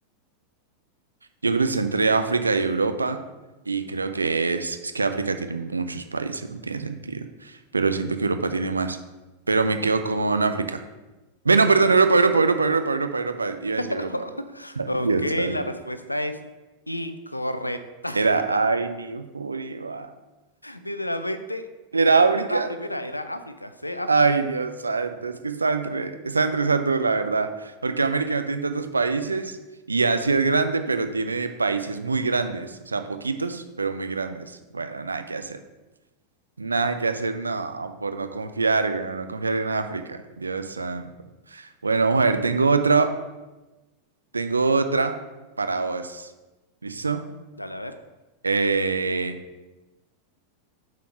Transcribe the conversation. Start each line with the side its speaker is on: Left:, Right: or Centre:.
Right: Yo creo que es entre África y Europa. Y creo que es... Es que África tiene muchos países, no tiene sentido. Pero siento que Europa tiene más. Pero me quedo con África. Bueno, perdón, Europa, Europa, Europa, Europa, Europa, Europa. Iba a
Left: <laughs>
Right: decir Europa. Ay,
Left: Ok,
Right: Dios santo.
Left: la respuesta es incorrecta.
Right: Era, ay, ni furia.
Left: Literalmente
Right: ¿Era África?
Left: era la primera, era África, C, África.
Right: Ay, Dios santo, es que está entre, está entre esas dos, la verdad. Porque América no tiene tantos países y Asia es grande, pero tiene países muy grandes. O sea, poquitos, pero muy grandes. Bueno, nada que hacer. Nada que hacer, no, por no confiar, güey, no confiar en África. Dios santo. Bueno, vamos a ver, tengo otra, tengo otra para vos. ¿Listo?
Left: Dale, a ver.
Right: Eh,